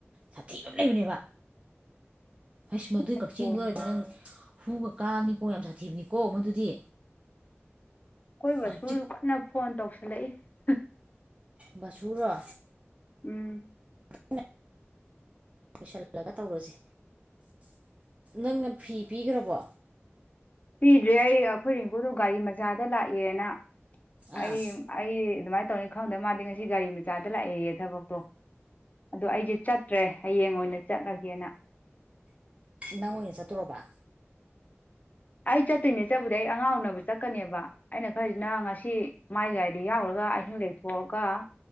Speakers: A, on the right; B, on the left.
A: ꯁꯥꯊꯤ ꯑꯃ ꯂꯩꯕꯅꯦꯕ ꯍꯥꯏꯁ ꯃꯗꯨꯏ
B: ꯑꯩꯈꯣꯏ
A: ꯀꯛꯆꯦꯡꯗꯣ ꯑꯣꯏꯔꯗꯤ ꯅꯪ ꯍꯨꯒ ꯀꯥꯕꯅꯤꯀꯣ ꯌꯥꯝ ꯁꯥꯊꯤꯕꯅꯤꯀꯣ ꯃꯗꯨꯗꯤ
B: ꯀꯣꯏ ꯕꯁꯨꯖꯨ
A: ꯑꯗꯨ
B: ꯀꯟꯅ ꯐꯣꯟ ꯇꯧꯁꯜꯂꯛꯏ ꯍ
A: ꯕꯁꯨꯨꯨꯔꯣ
B: ꯎꯝ
A: <unintelligible> ꯂꯣꯏꯁꯤꯜꯂꯒ ꯇꯧꯔꯁꯦ ꯅꯪꯅ ꯐꯤ ꯄꯤꯒ꯭ꯔꯕꯣ
B: ꯄꯤꯗ꯭ꯔꯤ ꯑꯩ ꯑꯩꯈꯣꯏ ꯔꯦꯡꯒꯣꯗꯣ ꯒꯥꯔꯤ ꯃꯆꯥꯗ ꯂꯥꯛꯑꯦꯅ
A: ꯑꯥ
B: ꯑꯩ ꯑꯩ ꯑꯗꯨꯃꯥꯏꯅ ꯇꯧꯅꯤ ꯈꯪꯗꯝꯅ ꯃꯥꯗꯤ ꯉꯁꯤ ꯒꯥꯔꯤ ꯃꯆꯥꯗ ꯂꯥꯛꯑꯦꯌꯦ ꯊꯕꯛꯇꯣ ꯑꯗꯣ ꯑꯩꯖꯦ ꯆꯠꯇ꯭ꯔꯦ ꯍꯌꯦꯡ ꯑꯣꯏꯅ ꯆꯠꯂꯒꯦꯅ
A: ꯅꯪ ꯑꯣꯏꯅ ꯆꯠꯇꯣꯔꯕ
B: ꯑꯩ ꯆꯠꯇꯣꯏꯅꯦ ꯆꯠꯄꯨꯗꯤ ꯑꯩ ꯑꯉꯥꯡ ꯎꯅꯕ ꯆꯠꯀꯅꯦꯕ ꯑꯩꯅ ꯈꯜꯂꯤꯁꯤꯅ ꯉꯁꯤ ꯃꯥꯏ ꯒꯥꯔꯤꯗ ꯌꯥꯎꯒ꯭ꯔꯒ ꯑꯍꯤꯡ ꯂꯩꯊꯣꯛꯑꯒ